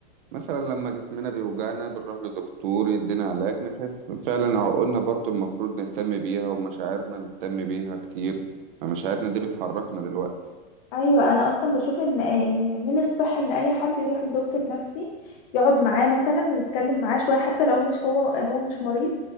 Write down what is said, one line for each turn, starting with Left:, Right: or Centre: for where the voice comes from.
Right: مثلا لما جسمنا بيوجعنا بنروح لدكتور يدينا علاج نخف فعلا عقولنا برضو المفروض نهتم بيها ومشاعرنا نهتم بيها كتير ما مشاعرنا دي بتحركنا دلوقتي
Left: ايوه انا اصلا بشوف ان ان من الصح ان اي حد يروح لدكتور نفسي يقعد معاه مثلا ويتكلم معاه شوية حتى لو مش هو هو مش مريض